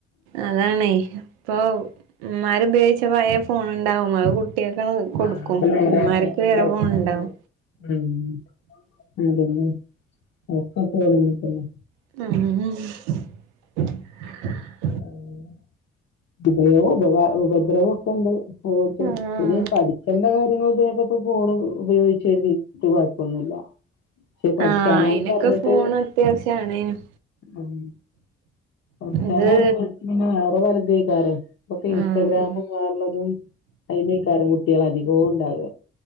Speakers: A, on the right; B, on the left.
A: അതാണേ ഇപ്പൊ ഇമ്മാരുപയോഗിച്ച പയേ ഫോണ് ണ്ടാവും അത് ട്ട്യാക്കണ്ട് കൊടുക്കും
B: ആഹ് അത് നേരാക്കിയിട്ടുണ്ട്
A: ഇമ്മാര്ക്ക് വേറേ
B: ആക്കിയിട്ടുണ്ട്
A: ഫോണ് ഇണ്ടാവും
B: ഉം അതന്നെ ഓക്കേ ഫോൺമേതന്നെ
A: <unintelligible>
B: ഉം ഉപയോഗും ഉപ ഉപദ്രവും ഒക്കെ ഇണ്ട് ഓക്കെ
A: ഉം
B: പിന്നെ ഈ പഠി ക്കണ്ടെ കാര്യങ്ങൾ ഇത് ഇപ്പ ഫോണ് ഉപയോഗിച്ച് എഴുതിട്ട് കുഴപ്പൊന്നുല്ല്യ പക്ഷെ പഠിച്ചാനാന്ന്
A: ആഹ് അയിനൊക്കെ
B: പർഞ്ഞിട്ട്
A: ഫോൺ അത്യാവശ്യാണേനും
B: ഉം പഠ്ച്ചാനാന്ന്
A: ഇത്
B: പർഞ് വെടിച്ച് പിന്നെ വേറേ പലതും എക്കാരം ഇപ്പൊക്കെ ഇൻസ്റ്റാഗ്രാമും
A: ആഹ്
B: വേറേള്ളതും അയ്‌നേക്കാരം കുട്ട്യേള് അധികൂണ്ടാവ